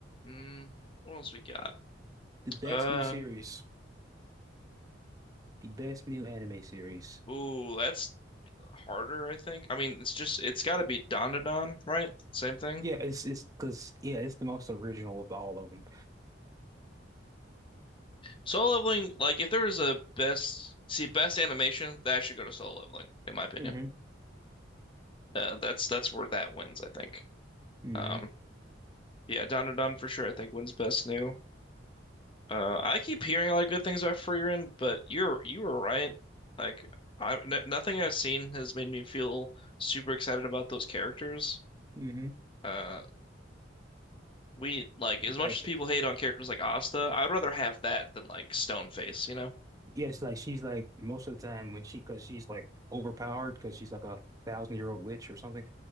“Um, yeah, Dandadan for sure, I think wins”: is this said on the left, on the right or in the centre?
Left